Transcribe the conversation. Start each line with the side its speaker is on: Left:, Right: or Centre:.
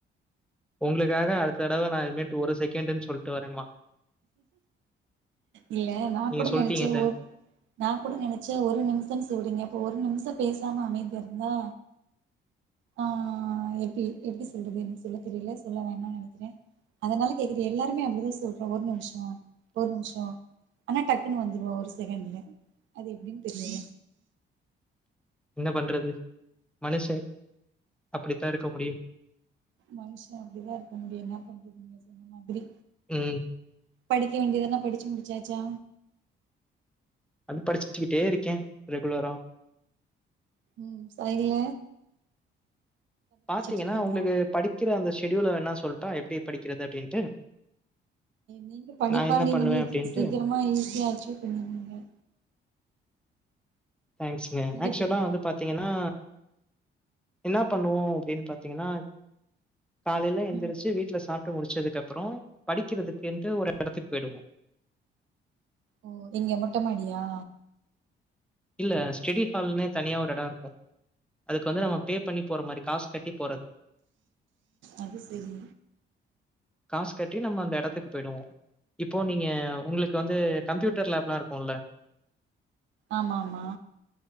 Centre: உங்ளுக்காக அடுத்த தடவ நா இனிமேட்டு ஒரு செகண்டுன்னு சொல்லிட்டு வரேமா
Right: இல்ல நா
Centre: நீங்க
Right: கூட
Centre: சொல்ட்டீங்கல்ல
Right: நெனசே ஓர் நா கூட நெனச்சே ஒரு நிமிஷம்னு சொல்றீங்க அப்போ ஒரு நிமிஷம் பேசாம அமைதியா இருந்தா ஆ எப்டி எப்டி சொல்றது எனக்கு சொல்ல தெரியல சொல்ல வேணாம்னு நனைக்கிற அதனால கேக்ற எல்லாருமே அப்டிதா சொல்றோ ஒரு நிமிஷோ ஒரு நிமிஷோ ஆனா டக்குன்னு வந்துருவா ஒரு செகண்ல அது எப்டின்னு தெரியல
Centre: என்ன பண்றது மனுஷ அப்டித்தா இருக்க முடியு
Right: மனுஷ அப்டிதா இருக்க முடியு என்ன பண்றது நீங்க சொன்ன மாதிரி
Centre: உம்
Right: படிக்க வேண்டியதெல்லா படிச்சி முடிச்சாச்சா
Centre: அது படிச்சுக்கிட்டே இருக்கே ரெகுலரா
Right: ம் சைய்ல
Centre: பாத்தீங்கன்னா
Right: இருக்கீங்களா
Centre: உங்களுக்கு படிக்கிற அந்த ஷெடியூல வேனா சொல்லட்டா எப்டி படிக்கிறது அப்டின்ட்டு
Right: நீங்க படிப்பாளி
Centre: நா என்ன பண்ணுவே
Right: நீங்க
Centre: அப்டின்ட்டு
Right: சீக்கிரமா ஈஸியா அச்சீவ் பண்ணிருவீங்க
Centre: தேங்க்ஸ்ங்க
Right: நீங்க
Centre: ஆக்சுலா
Right: இப்ப
Centre: வந்து பாத்தீங்கன்னா என்ன பண்ணுவோ அப்டின் பாத்தீங்கன்னா காலேல எந்திரிச்சு
Right: ம்
Centre: வீட்ல சாப்டு முடிச்சதுக்கப்றோ படிக்கிறதுகின்ட்டு ஒரு எடத்து போய்டுவோ
Right: ஓ எங்க மொட்ட மாடியா
Centre: இல்ல ஸ்டெடி ஹால்னே தனியா ஒரு எடோ இருக்கு அதுக்கு வந்து
Right: ஓ
Centre: நம்ம பே பண்ணி போற மாரி காசு கட்டி போறது
Right: அது சேரி
Centre: காசு கட்டி நம்ம அந்த எடத்துக்கு பேய்டுவோ இப்போ நீங்க உங்ளுக்கு வந்து கம்ப்யூட்டர் லேப்லா இருக்குல
Right: ஆமாம்மா